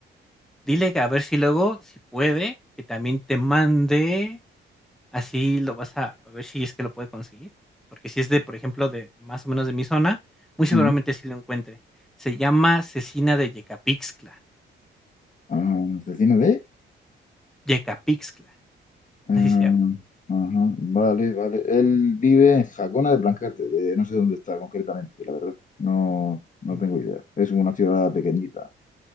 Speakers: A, in the centre; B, on the left.
A: Dile que a ver si luego, si puede, que también te mande, así lo vas a, a ver si es que lo puede conseguir, porque si es de, por ejemplo, de más o menos de mi zona, muy seguramente
B: Ujú.
A: sí lo encuentre. Se llama cecina de Yecapixtla,
B: Ah, ¿vecino de?
A: Yecapixtla,
B: Ah,
A: así se llama.
B: ajá, vale, vale. Él vive en Jacona de Plancarte, que no sé dónde está concretamente, la verdad. No, no
A: Mm,
B: tengo idea. Es una ciudad pequeñita